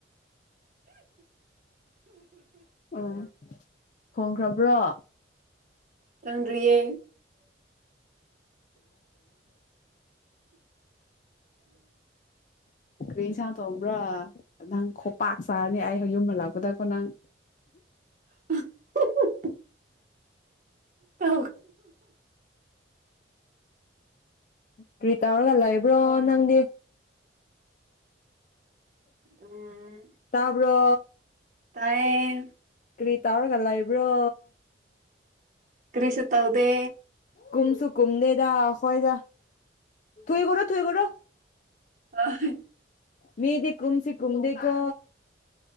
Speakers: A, on the left; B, on the right.
A: ꯎꯝ ꯊꯣꯡꯈ꯭ꯔꯕ꯭ꯔꯣ
B: ꯅꯟꯌꯦ
A: ꯀꯦꯁꯥꯡ ꯇꯣꯡꯝꯕ꯭ꯔꯥ ꯅꯪ ꯈꯣꯄꯥꯛ ꯆꯥꯔꯅꯤ ꯑꯩ ꯌꯨꯝ ꯍꯜꯂꯛꯄꯗꯀꯣ ꯅꯪ
B: <inaudible> ꯇ
A: ꯀꯔꯤꯇꯥꯔꯒꯂꯑꯕ꯭ꯔ ꯅꯪꯗꯤ
B: ꯎꯝ
A: ꯇꯕ
B: ꯇꯥꯏꯌꯦ
A: ꯀ꯭ꯔꯤ ꯇꯥꯎꯔꯒꯜꯂ ꯏꯕ꯭ꯔꯣ
B: ꯀ꯭ꯔꯤꯁ ꯇꯥꯎꯗꯦ
A: ꯀꯨꯝꯃꯁꯨ ꯀꯨꯝꯗꯦꯗꯥ ꯍꯣꯏꯗ ꯊꯨꯏ ꯀꯣ ꯊꯨꯏ ꯀꯣ
B: ꯑ
A: ꯃꯦꯗꯤ ꯀꯨꯨꯝꯁꯤ ꯀꯨꯝꯗꯀ